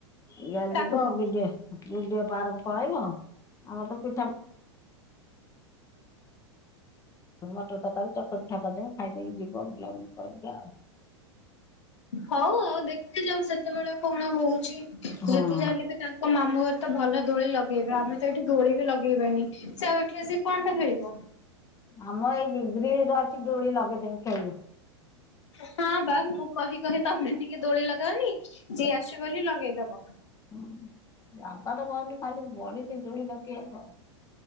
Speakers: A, on the left; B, on the left.
A: ବୁଲିବାକୁ
B: କଥା
A: ଯିବ ବିଟିକେ ବିଡିଓ ପାର୍କ ପଳେଇବ ଆମରତ ପିଠା। ମଟର ତରକାରୀ ଚକୁଳିପିଠା ଖାଇଦେଇକି ଯିବ ବୁଲାବୁଲି କରିକି ଆଉ।
B: ହଉ ଆଉ ଦେଖିଯାଉ ସେତେବେଳେ କଣ ହଉଛି ଯେତେ
A: ହଁ
B: ଯାହାହେଲେବି ତାଙ୍କ ମୋ ମାମୁଁ ଘରେତ ଭଲ ଦୋଳି ଲଗେଇବେ ଆମେତ ଏଇଠି ଦୋଳିବି ଲଗେଇବାନି। ସେ ଆଉ ଏଠିକି ଆସିକି କଣଟା ଖେଳିବ।
A: ଆମ ଏଇ ଗ୍ରୀ ଗ୍ରିଲରେ ଅଛି ଡୋଳି ଲଗେଇଦେବି। ଖେଳିବୁ।
B: ହଁବା ମୁଁ। କହି କହି ତମେ ଟିକିଏ ଦୋଳି ଲଗାଅନି ସିଏ ଆସୁଛି ବୋଲି ଲଗେଇଦବ।
A: ହୁଁ ବାପାତ କହନ୍ତି ଖାଲି ବଡି ପିଜୁଳି ଧରିକ ଆସ।